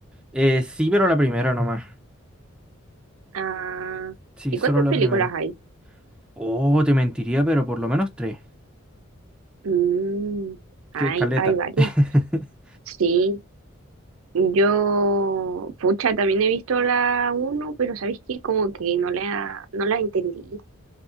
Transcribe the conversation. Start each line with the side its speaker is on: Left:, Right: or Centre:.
Centre: Eh, sí, pero la primera nomás.
Right: Ah,
Centre: Sí,
Right: ¿y
Centre: solo
Right: cuántas
Centre: la
Right: películas
Centre: primera.
Right: hay?
Centre: Oh, te mentiría, pero por lo menos tres.
Right: Mm, hay,
Centre: Que caleta.
Right: hay varias.
Centre: <laughs>
Right: Sí. Yo, pucha, también he visto la uno, pero sabéis que como que no la, no la entendí.